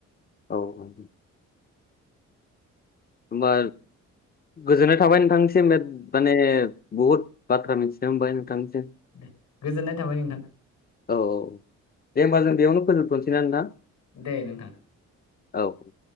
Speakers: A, on the left (about 30°); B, on the left (about 60°).
A: औे होमबा गोजोननाय थाबाय नोंथांनिसिम माने बहुद बाथ्रा मिथिनो मोनबाय नोंथांनिसिम
B: दे गोजोननाय थाबाय नोंथां
A: औ औ दे होमबा जों बेयावनो फोजोबथ'नोसै ना नोंथां
B: दे नोंथां
A: औ